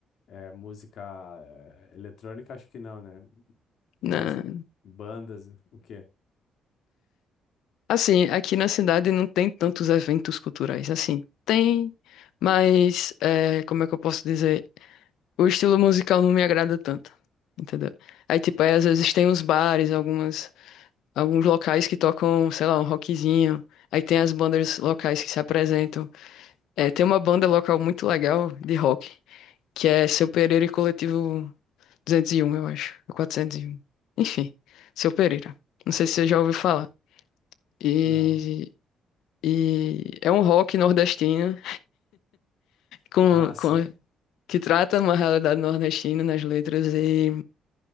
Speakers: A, on the left; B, on the left.
A: é, música é, eletrônica? Acho que não, né? Mais
B: Na...
A: bandas, o quê?
B: Assim, aqui na cidade não tem tantos eventos culturais. Assim, tem, mas é, como é que eu posso dizer? O estilo musical não me agrada tanto, entendeu? Aí, tipo, aí, às vezes tem uns bares, algumas, alguns locais que tocam, sei lá, um rockzinho. Aí tem as bandas locais que se apresentam. É, tem uma banda local muito legal de rock, que é Seu Pereira e Coletivo 201, eu acho, ou 401. Enfim, Seu Pereira. Não sei se você já ouviu falar. E
A: Não.
B: E é um rock nordestino com,
A: Massa.
B: com- que trata uma realidade nordestina nas letras e,